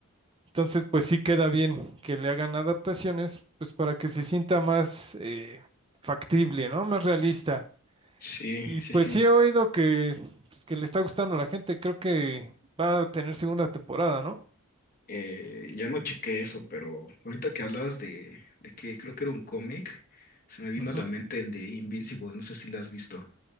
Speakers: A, on the right; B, on the left.
A: entonces pues sí queda bien que le hagan adaptaciones, pues para que se sienta más eh, factible, ¿no? Más realista.
B: Sí,
A: Y
B: sí,
A: pues
B: sí.
A: sí he oído que, pues, que le está gustando a la gente, creo que va a tener segunda temporada, ¿no?
B: Eh, ya no chequé eso, pero ahorita que hablabas de, de que creo que era un cómic, se me vino
A: Ujú.
B: a la mente el de Invincible, no sé si la has visto.